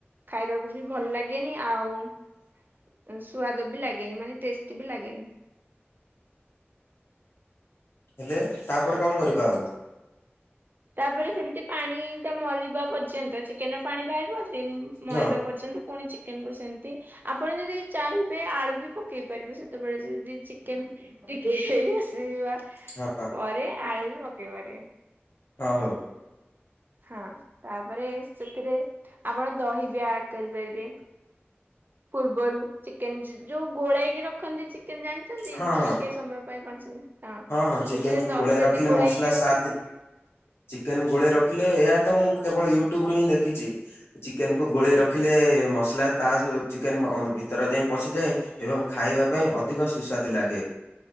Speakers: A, on the right; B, on the left.
A: ଖାଇବାକୁ ବି ଭଲ ଲାଗେନି ଆଉ ସୁ୍ୱାଦ ବି ଲାଗେନି ମାନେ ଟେଷ୍ଟି ବି ଲାଗେନି
B: ହେଲେ ତାପରେ କଣ କରିବା ଆଉ
A: ତାପରେ ସେମିତି ପାଣି ତ ମରିବ ପର୍ଯ୍ୟନ୍ତ ଚିକେନ ର ପାଣି ବାହାରିବ ଦେନ୍ ମରିବା
B: ହଁ
A: ପର୍ଯ୍ୟନ୍ତ ଚିକେ ଚିକେନ୍ କୁ ସେମତି ଆପଣ ଯଦି ଚାହିଁବେ ଆଳୁ ବି ପକେଇ ପାରିବେ ସେତେବେଳେ ଯଦି ଚିକେନ୍ ଟିକେ ହେଇ ଆସିବା
B: ହଁ
A: ପରେ ଆଳୁ ବି ପକେଇ ପାରିବେ
B: ହଁ ହଉ
A: ହଁ ତାପରେ ସେଥିରେ ଆପଣ ଦହି ବି ଆଡ୍ କରିପାରିବେ ପୂର୍ବରୁ ଚିକେନ ଯୋଉ ଗୋଳେଇକିନା ରଖନ୍ତି ଚିକେନ ଜାଣିଛନ୍ତି
B: ହଁ ହଁ
A: ଟିକେ ସମୟ ପାଇଁ ପାଞ୍ଚ ମିନିଟ।
B: ହଁ ହଁ ଚିକେନ
A: ସେଥିରେ
B: କୁ
A: ଦହି
B: ଗୋଳାଇ
A: ଯଦି
B: ରଖିଲେ
A: ଗୋଳେଇକି
B: ମସଲା ସାଦ
A: ରଖିବେ
B: ଚିକେନ ଗୋଳେଇ ରଖିଲେ ଏହା ତ ମୁଁ କେବଳ ୟୁଟ୍ୟୁବ ରୁ ହିଁ ଦେଖିଛି। ଚିକେନକୁୁ ଗୋଳେଇ ରଖିଲେ ମସଲା ତା ଚିକେନ ଭିତର ଯାଏ ପଶିଯାଏ। ଏବଂ ଖାଇବା ପାଇଁ ଅଧିକ ସୁସ୍ୱାଦ ଲାଗେ।